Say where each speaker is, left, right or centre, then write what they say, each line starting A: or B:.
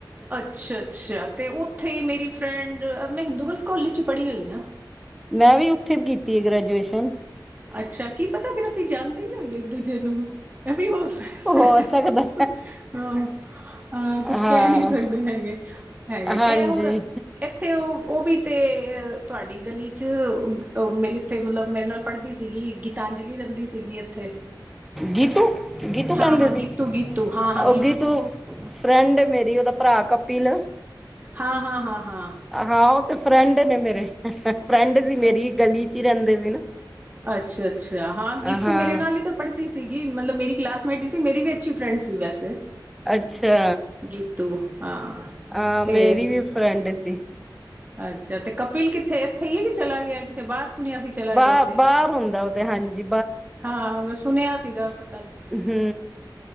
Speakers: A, on the right; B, in the centre.
A: ਅੱਛਾ-ਅੱਛਾ 'ਤੇ ਉੱਥੇ ਈ ਮੇਰੀ ਫਰੈਂਡ ਮੈਂ ਹਿੰਦੂ ਗਲਸ ਕੋਲਜ 'ਚ ਈ ਪੜੀ ਹੋਈ ਆ।
B: ਮੈਂ ਵੀ ਉੱਥੇ ਕੀਤੀ ਏ ਗ੍ਰੈਜੂਏਸ਼ਨ।
A: ਅੱਛਾ ਕੀ ਪਤਾ ਫਿਰ ਅਸੀਂ ਜਾਣਦੇ ਈ ਹੋਈਏ ਇੱਕ-ਦੂਜੇ ਨੂੰ ਐ ਵੀ ਹੋ ਸਕਦਾ
B: ਹੋ ਸਕਦਾ
A: ਐ, ਹਾ। ਹ ਕੁੱਛ
B: ਹਾਂ
A: ਕਹਿ ਨੀ ਸਕਦੇ ਹੈਗੇ, ਹੈਗੇ
B: ਹਾਂਜੀ
A: ਏ ਹੁਣ ਏਥੇ ਓ, ਓ ਵੀ 'ਤੇ ਤੁਹਾਡੀ ਗਲੀ 'ਚ ਮੇਰੀ ਇੱਥੇ ਮਤਲਬ ਮੇਰੇ ਨਾਲ ਪੜ੍ਹਦੀ ਸੀਗੀ ਗੀਤਾਂਜਲੀ ਰਹਿੰਦੀ ਸੀਗੀ। ਇੱਥੇ
B: ਗੀਤੂ, ਗੀਤੂ ਕਹਿੰਦੇ
A: ਹਾਂ ਹਾਂ
B: ਸੀ,
A: ਗੀਤੂ ਗੀਤੂ ਹਾਂ ਹਾਂ
B: ਓ ਗੀਤੂ ਫਰੈਂਡ ਮੇਰੀ ਉਦਾ ਭਰਾ ਕਪਿਲ
A: ਹਾਂ-ਹਾਂ-ਹਾਂ-ਹਾਂ।
B: ਹਾਂ ਉਹ ਤੇ ਫਰੈਂਡ ਨੇ ਮੇਰੇ ਫਰੈਂਡ ਸੀ ਮੇਰੀ ਗਲੀ ਚ ਹੀ ਰਹਿੰਦੇ ਸੀ ਨਾ।
A: ਅੱਛਾ-ਅੱਛਾ ਹਾਂ ਗੀਤੂ
B: ਹਾਂ
A: ਮੇਰੇ ਨਾਲ ਹੀ ਤੇ ਪੜ੍ਹਦੀ ਸੀ। ਸੀਗੀ ਮਤਲਬ ਮੇਰੀ ਕਲਾਸਮੇਟ ਹੀ ਸੀ ਮੇਰੀ ਵੀ ਅੱਛੀ ਫਰੈਂਡ ਸੀ ਵੈਸੇ।
B: ਅੱਛਾ
A: ਗੀਤੂ ਹਾਂ।
B: ਆ ਮੇਰੀ
A: ਤੇ
B: ਵੀ ਫਰੈਂਡ ਸੀ।
A: ਅੱਛਾ ਤੇ ਕਪਿਲ ਕਿੱਥੇ ਏਥੇ ਹੀ ਏ ਕੇ ਚਲਾ ਗਿਆ ਕ ਤੇ ਬਾਰ ਸੁਣਿਆ ਸੀ ਚਲਾ
B: ਬਾਹ
A: ਗਿਆ ਉ ਤੇ,
B: ਬਾਹਰ ਹੁੰਦਾ ਉਹ ਤੇ ਹਾਂਜੀ
A: ਹਾਂ ਮੈਂ ਸੁਣਿਆ ਸੀਗਾ ਪ
B: ਹੂੰ